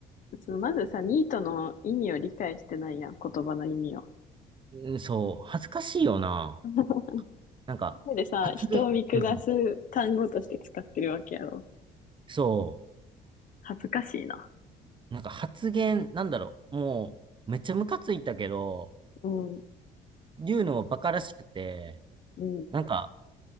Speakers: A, on the left; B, on the right.
A: そのまずさ、ニートの意味を理解してないやん、言葉の意味を。
B: うんそう、恥ずかしいよな。
A: <laughs>
B: なんか、
A: でさ、
B: 発言、
A: 人を見下す単語として使ってるわけやろ。
B: うん。そ
A: 恥ずかしいな。
B: う、なんか発言、なんだろう、もう、めっちゃムカついたけど、
A: うん、
B: 言うのもバカらしくて、
A: うん、
B: なんか、